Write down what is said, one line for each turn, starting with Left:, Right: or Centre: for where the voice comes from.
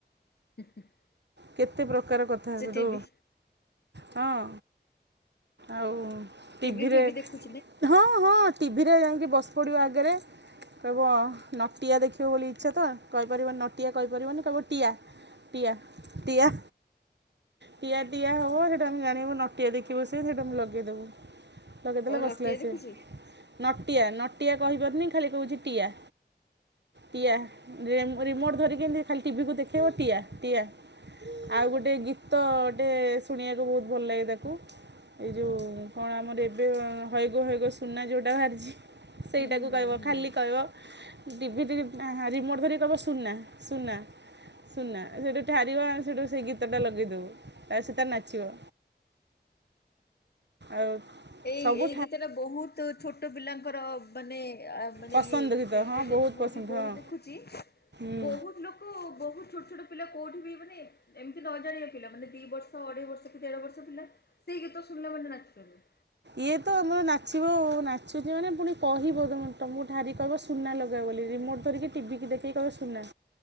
Left: <inaudible>
Right: କେତେ ପ୍ରକାର କଥା
Left: ସେଠି
Right: ସେଠୁ
Left: ବି
Right: ହଁ ଆଉ ଟିଭିରେ
Left: ଟିଭି ଫିଭି ଦେଖୁ
Right: ହଁ ହଁ ଟିଭିରେ ଯାଇକି ବସି ପଡିବ ଆଗରେ। କହିବ ନଟିଆ ଦେଖିବ ବୋଲି ଇଚ୍ଛା ତ କହିପାରିବନି ନଟିଆ କହିପାରିବନି କହିବ ଟିଆ। ଟିଆ ଟିଆ ଟିଆ ଟିଆ ହେବ ସେଇଟୁ ଆମେ ଜାଣିବୁ ନଟିଆ ଦେଖିବ ସେ ଆମେ ଲଗେଇ ଦେବୁ। ଲଗେଇଦେଲେ
Left: ଓ
Right: ବସିଲା
Left: ନଟିଆ
Right: ସିଏ।
Left: ଦେଖୁଛି
Right: ନଟିଆ ନଟିଆ କହିପାରୁନି ଖାଲି କହୁଛି ଟିଆ। ଟିଆ ରିମୋଟ ଧରିକି ଏମିତି ଖାଲି ଟିଭିିକୁ ଦେଖେଇବ ଟିଆ ଟିଆ ଆଉ ଗୋଟେ ଗୀତ ଟେ ଶୁଣିବାକୁ ବହୁତ ଭଲ ଲାଗେ ତାକୁ। ଏଇ ଯୋଉ କଣ ଆମର ଏବେ ହଇଗୋ ହଇଗୋ ସୁନା ଯେଉଁଟା ବାହାରିଛି ସେଇଟାକୁ
Left: ହୁଁ ହୁଁ
Right: କହିବ
Left: ହୁଁ
Right: ଖାଲି କହିବ ଟିଭି <unintelligible> ରିମୋଟ ଧରିକି କହିବ ସୁନା ସୁନା ସୁନା ସେଇଠୁ ଠାରିବ, ଆମେ ସେଇଠୁ ସେ ଗୀତଟା ଲଗେଇଦେବୁ ତାର ସେ ନାଚିବ। ଆଉ
Left: ଏଇ
Right: ସବୁ
Left: ଏଇ ଗୀତଟା ବହୁତ ଛୋଟ ପିଲାଙ୍କର ମାନେ ମାନେ
Right: ପସନ୍ଦ
Left: ଇଏ ଫ୍ରେବ୍ରୋଟେ
Right: ଗୀତ ହଁ ବହୁତ
Left: ମୁଁ
Right: ପସନ୍ଦ
Left: ବହୁତ
Right: ହଁ
Left: ଦେଖୁଛି।
Right: ହୁଁ
Left: ବହୁତ ଲୋକ ଠୁ ବହୁତ ଛୋଟ ଛୋଟ ପିଲା କୋଉଠି ବି ମାନେ ଏମିତି ନ ଜାଣିବା ପିଲା ମାନେ ଦି ବର୍ଷ ଅଢେଇ ବର୍ଷ କି ଦେଢ ବର୍ଷ ପିଲା ସେଇ ଗୀତ ଶୁଣିଲା ମାନେ ନାଚିପାରିବେ।
Right: ଇଏ ତ ଆମର ନାଚିବ ନାଚୁଛି ମାନେ ପୁଣି କହିବ। ତମକୁ ଠାରି କି କହିବ। ସୁନା ଲଗା ବୋଲି ରିମୋଟ ଧରିକି ଟିଭିିକି ଦେଖିକି କହିବ ସୁନା